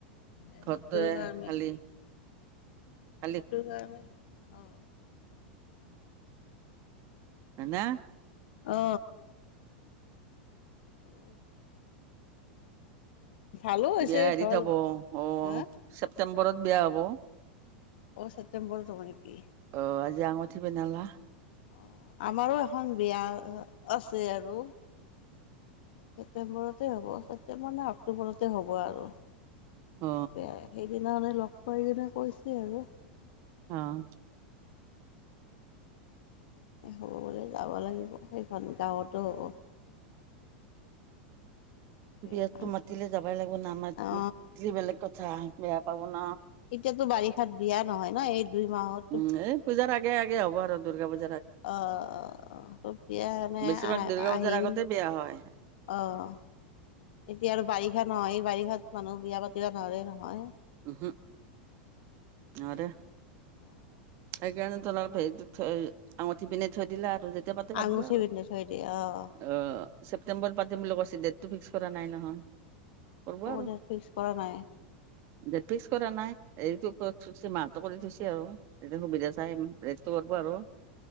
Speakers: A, on the left (about 70°); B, on the right (about 50°).
A: এ
B: ঘৰটোৱে
A: সেইটোৰ কাৰণে
B: <inaudible>
A: সেইটো কাৰণে অ।
B: হয়না?
A: অ। আৰু ভালো হৈছে
B: বিয়া হেৰি
A: ধৰ
B: হ'ব অ
A: হা
B: ছেপ্তেম্বৰত বিয়া হ'ব।
A: অ ছেপ্টেম্বৰত হ'ব নকি?
B: অ আজি যে আঙঠি পিন্ধালা
A: অ আমাৰো এখন বিয়া অ আছে আৰু। ছেপ্টেম্বৰতে হ'ব ছেপটেম্বৰ নে অক্টোবৰতে হ'ব আৰু।
B: অ
A: তে সেইদিনা মানে লগ পাই কিনে কৈছে আৰু।
B: অ'।
A: হ'ব বুলি যাব লাগিব সেইখন গাঁৱতো হ'ব। বিয়াখন
B: বিয়াতো মাতিলে যাবই লাগিব নামাতিলে
A: অ
B: বেলেগ কথা বেয়া পাব ন।
A: এতিয়াতো বাৰিষাত বিয়া নহয় ন এই দুই মাহত।
B: উম, এই পূজাৰ আগে আগে হ'ব আৰু দুৰ্গা পূজা।
A: অহ অহ বিয়া এনে
B: বেছিভাগ
A: আহ-আহিন
B: দুৰ্গা পূজাৰ আগতে বেয়া হয়
A: অ', এতিয়া আৰু বাৰিষা নহয় বাৰিষাত মানুহ বিয়া পাতিব নোৱাৰে নহয়।
B: উহো। নোৱাৰে।
A: নোৱাৰে।
B: সেইকাৰণে তোমাৰ হেৰি থৈ আঙুঠি পিন্ধাই থৈ দিলে আৰু। যেতিয়া পাতে পাতিব
A: আঙুঠি
B: আৰু
A: পিন্ধাই থৈ দিয়ে অ'।
B: অ', ছেপ্টেম্বৰত পাতিম বুলি কৈছে ডেটটো ফিক্স কৰা নাই নহয়। কৰিব
A: অ',
B: আৰু
A: ডেট ফিক্স কৰা নাই।
B: ডেট ফিক্স কৰা নাই এইটো কৈ থৈছে মাহ কৰি থৈছে আৰু। এতিয়া সুবিধা চাই ডেতটো কৰিব আৰু।